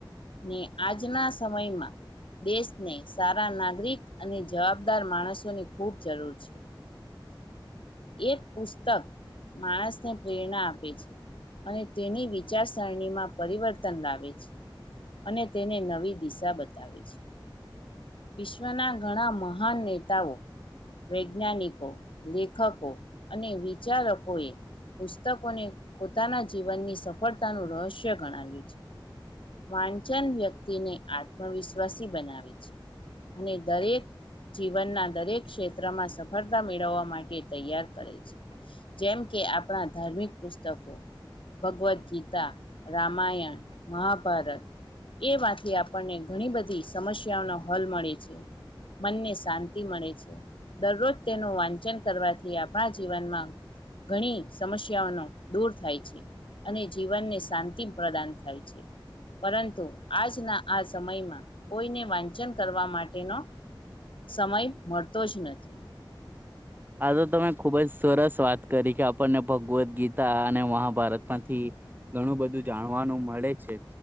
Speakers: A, on the left; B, on the right.
A: ને આજના સમયમાં દેશને સારા નાગરિક અને જવાબદાર માણસોની ખૂબ જરૂર છે. એક પુસ્તક માણસને પ્રેરણા આપે છે અને તેની વિચારસરણીમાં પરિવર્તન લાવે છે અને તેને નવી દિશા બતાવે છે. વિશ્વના ઘણા મહાન નેતાઓ, વૈજ્ઞાનિકો લેખકો અને વિચારકો એ પુસ્તકોને પોતાના જીવનની સફળતાનું રહસ્ય ગણાવ્યું છે. વાનચન વ્યક્તિને આત્મવિશ્વાસી બનાવે છે અને દરેક જીવનના દરેક ક્ષેત્રમાં સફળતા મેળવવા માટે તૈયાર કરે છે. જેમ કે આપણા ધાર્મિક પુસ્તકો ભગવદ ગીતા, રામાયણ, મહાભારત એમાંથી આપણને ઘણી બધી સમસ્યાઓનો હલ મળે છે, મનને શાંતિ મળે છે, દરરોજ તેનું વાંચન કરવા થી આપણા જીવનમાં ઘણી સમસ્યાઓનો દૂર થાય છે અને જીવનને શાંતિ પ્રદાન થાય છે. પરંતુ આજના આ સમયમાં કોઈને વાંચન કરવા માટેનો સમય મળતો જ નથી.
B: આ તો તમે ખુબ જ સરસ વાત કરી કે આપણને ભગવદ્ ગીતા અને મહાભારત માંથી ઘણું બધું જાણવાનું મળે છે.